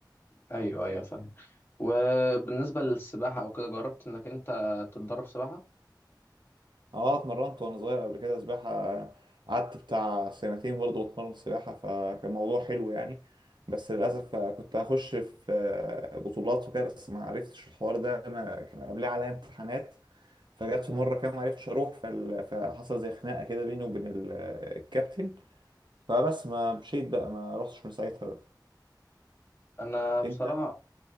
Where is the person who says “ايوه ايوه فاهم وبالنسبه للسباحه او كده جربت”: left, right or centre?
Left